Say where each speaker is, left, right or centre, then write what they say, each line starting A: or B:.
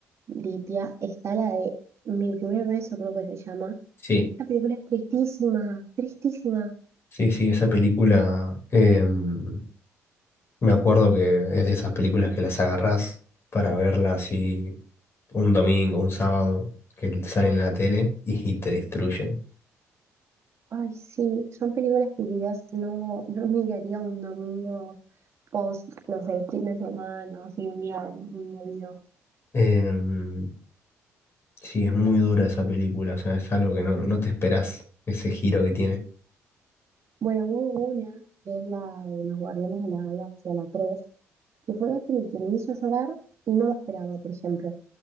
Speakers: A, on the right; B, on the left.
A: Lipia, está la de Mi primer beso, creo que se llama.
B: Sí,
A: La película es tristísima, tristísima.
B: sí, sí, esa película. em, Me acuerdo que es de esas películas que las agarrás para verlas así un domingo, un sábado, que salen en la tele y te destruyen.
A: Ay, sí, son películas que quizás no, no miraría un domingo post, no sé, fin de semana, o así un día muy movido.
B: Em, sí, es muy dura esa película, o sea, es algo que no, no te esperás, ese giro que tiene.
A: Bueno, hubo una, que es la de Los Guardianes de la Galaxia, la 3, que fue la peli que me hizo llorar y no lo esperaba, por ejemplo.